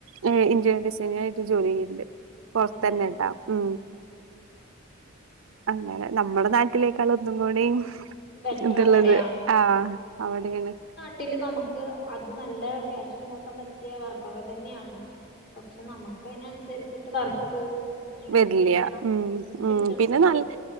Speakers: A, on the right; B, on the left.
A: ഇ ഇന്ററിയർ ഡിസൈനി ആയിട്ട് ജോലി ചെയ്യുന്നുണ്ട് പോറത്തന്നെ
B: അതെല്ലേ
A: ആട്ട ഉ അങ്ങനെ നമ്മുടെ നാട്ടിൽ വീട്ടിലേക്കാളുംഒന്നും കൂടെ
B: ബെറ്റർ
A: ഇതുള്ളത്
B: അവിടെയാ
A: ആ അവിടൊണ്
B: വീട്ടൽ നമുക്ക് അത് നല്ല ക്യാഷ് ഉണ്ടാക്കാൻ പറ്റിയ വർക്കക്കെ തന്നെയാണ് പക്ഷെ നമുക്ക് അതിന അനുസരിച്ചിട്ട് വർക്ക് ഇങ്ങനെ
A: വരില്ല
B: കിട്ടണം
A: ഉ ഉ
B: കിട്ടണം
A: പിന്നെ
B: എപ്പോഴും
A: നല്